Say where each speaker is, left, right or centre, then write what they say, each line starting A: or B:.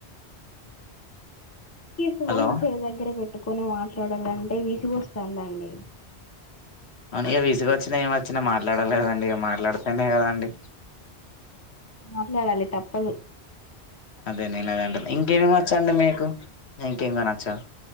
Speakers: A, on the left (about 15°); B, on the left (about 75°).
A: తీసీ
B: హలో
A: నువ్వు చెయ్యి దగ్గర పెట్ కొని మాట్లాడాలంటే విసిగు వస్తుందండి.
B: అవును ఇక విసుక వచ్చినా ఏమి వచ్చినా మాట్లాడాలే కదాండి ఇగ మాట్లాడితేనే కదాండి.
A: మాట్లాడాలి తప్పదు.
B: అదే నేను అదే అంటున్నా ఇంకేమేమి వచ్చాండి మీకు ఇంకేమైన వచ్చా.